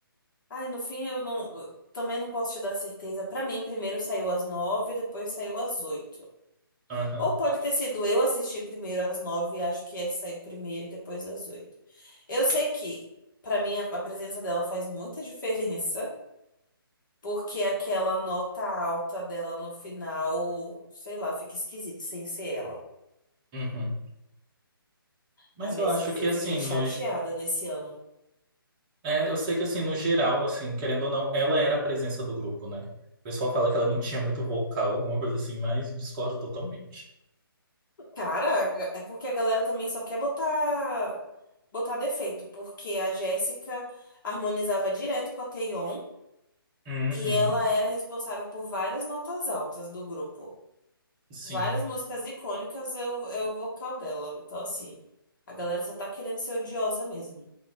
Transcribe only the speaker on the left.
Ai, no fim eu não. eu Também não posso te dar certeza. Pra mim, primeiro saiu às nove, depois saiu às oito.
Ou pode ter sido eu assistir primeiro às nove, e acho que é, saiu primeiro e depois às oito. Eu sei que, pra mim, a a presença dela faz muita <laughs> diferença. Porque aquela nota alta dela no final, sei lá, fica esquisito sem ser ela.
Ai, mas
eu,
eu
fiquei
chateada nesse ano.
Cara, é porque a galera também só quer botar botar defeito, porque a Jéssica harmonizava direto com a Taeyeon
e ela era responsável por várias notas altas do grupo.
Várias músicas icônicas é o, é o vocal dela. Então, assim, a galera só tá querendo ser odiosa mesmo.